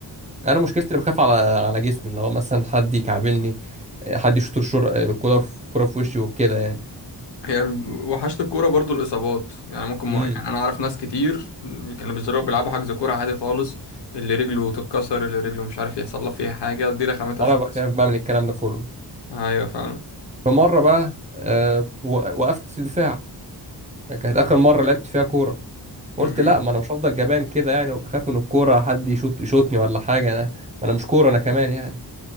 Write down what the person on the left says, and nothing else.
هي وحشت الكوره برضو الاصابات يعني ممكن ما
يعني انا اعرف ناس كتير كانوا بيزرقوا بيلعبوا حجز كوره عادي خالص اللي رجله تتكسر اللي رجله مش عارف يحصل له فيها حاجه دي رخامتها
شويه
ايوه فعلا
مهم.